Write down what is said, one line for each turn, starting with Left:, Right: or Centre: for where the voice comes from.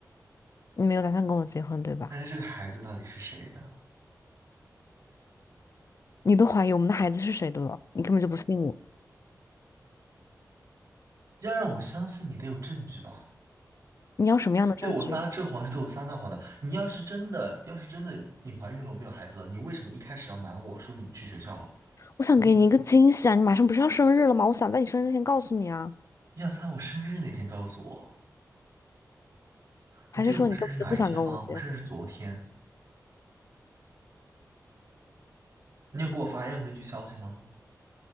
Left: 你没有打算跟我结婚，对吧？
Right: 但是这个孩子到底是谁的？
Left: 你都怀疑我们的孩子是谁的了，你根本就不信我。
Right: 要让我相信你得有证据吧。
Left: 你要什么样的证据？
Right: 对我撒这谎是对我撒那谎的。你要是真的，要是真的你怀孕了，我们有孩子了，你为什么一开始要瞒我说你去学校了？
Left: 我想给你一个惊喜啊！
Right: 嗯
Left: 你马上不是要生日了吗？我想在你生日前告诉你啊。
Right: 你想在我生日那天告诉我？你记得我生日是哪一天吗？
Left: 还是说你根本就不想跟我结婚？
Right: 我生日是昨天。你有给我发任何一句消息吗？